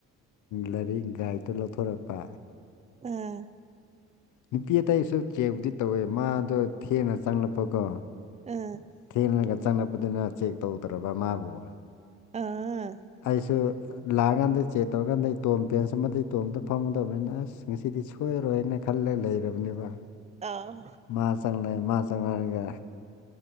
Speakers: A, on the left; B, on the right.
A: ꯂꯥꯏꯔꯤꯛ ꯒꯥꯏꯗ ꯂꯧꯊꯣꯔꯛꯄ
B: ꯎꯝ
A: ꯅꯨꯄꯤ ꯑꯇꯩꯁꯨ ꯆꯦꯛꯕꯨꯗꯤ ꯇꯧꯋꯦ ꯃꯥꯗꯣ ꯊꯦꯅ ꯆꯪꯂꯛꯄꯀꯣ
B: ꯑꯥ
A: ꯊꯦꯜꯂꯒ ꯆꯪꯅꯕꯗꯨꯅ ꯆꯦꯛ ꯇꯧꯗ꯭ꯔꯕ ꯃꯥꯕꯨ
B: ꯑꯥ
A: ꯑꯩꯁꯨ ꯂꯥꯛꯑꯀꯥꯟꯗ ꯆꯦꯛ ꯇꯧꯔꯀꯥꯟꯗ ꯏꯇꯣꯝ ꯕꯦꯟꯁ ꯑꯃꯗ ꯏꯇꯣꯝꯗ ꯐꯪꯉꯨꯗꯕꯅꯤꯅ ꯑꯁ ꯉꯁꯤꯗꯤ ꯁꯣ ꯁꯣꯏꯔꯣꯏꯅ ꯈꯜꯂꯒ ꯂꯩꯔꯕꯅꯦꯕ
B: ꯑꯥ
A: ꯃꯥ ꯆꯪꯂ‌ꯦ ꯃꯥ ꯆꯪꯅꯔꯒ